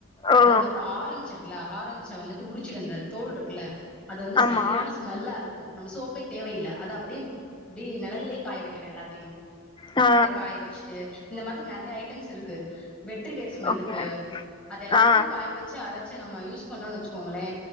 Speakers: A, on the left; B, in the centre.
A: ஓ
B: அதுக்கப்புறோ ஆரஞ்சு இருக்குல ஆரஞ்ச வந்துட்டு உரிச்சுட்டு இந்த தோல் இருக்குல அது வந்து
A: ஆமா
B: சரியான ஸ்மெல்லா இருக்கு ம் நம்ம சோப்பே தேவையில்ல அத அப்டியே அப்டி நிழல்லயே காய வைக்கணு எல்லாத்தையு
A: ஆ
B: அத காய வச்சுட்டு இந்த மாரி நெறைய ஐட்டம்ஸ் இருக் கு வெற்றி வேர் ஸ்மெல்லுக்கு
A: ஓகே
B: அது எல்லாத்தையு
A: ஆ
B: காய வச் சு அரைச்சு நம்ம யூஸ் பண்ணோனு வச்சுக்கோங்களே